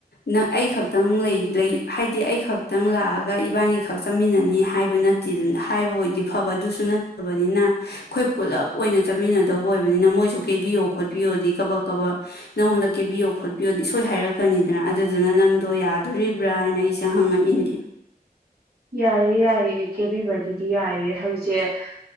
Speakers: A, on the left; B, on the right.
A: ꯅꯪ ꯑꯩ ꯈꯛꯇꯪ ꯂꯩ ꯍꯥꯏꯗꯤ ꯑꯩ ꯈꯛꯇꯪ ꯂꯥꯛꯑꯒ ꯏꯕꯥꯅꯤ ꯈꯛ ꯆꯠꯃꯤꯟꯅꯅꯤ ꯍꯥꯏꯕ ꯅꯠꯇꯦ ꯑꯗꯨ ꯍꯥꯏꯕ ꯑꯣꯏꯗꯤ ꯐꯕ ꯑꯗꯨꯁꯨ ꯅ ꯕꯅꯤꯅ ꯑꯩꯈꯣꯏ ꯄꯨꯜꯂꯞ ꯑꯣꯏꯅ ꯆꯠꯃꯤꯟꯅꯗꯧꯕ ꯑꯣꯏꯕꯅꯤꯅ ꯃꯣꯏꯁꯨ ꯀꯦꯕꯤꯌꯣ ꯈꯣꯠꯄꯤꯌꯣꯗꯤ ꯀꯕꯛ ꯀꯕꯛ ꯅꯪꯉꯣꯟꯗ ꯀꯦꯕꯤꯌꯣ ꯈꯣꯠꯄꯤꯌꯣꯗꯤ ꯏꯁꯣꯏ ꯍꯥꯏꯔꯛꯀꯅꯤꯗꯅ ꯑꯗꯨꯗꯨꯅ ꯅꯪꯗꯣ ꯌꯥꯗꯣꯔꯤꯕ꯭ꯔꯥ ꯍꯥꯏꯅ ꯑꯩꯁꯦ ꯍꯪꯉꯛꯏꯅꯦ
B: ꯌꯥꯏꯌꯦꯦ ꯌꯥꯏꯌꯦ ꯀꯦꯕꯤꯕꯒꯤꯗꯤ ꯌꯥꯏꯑ ꯍꯩꯁꯦ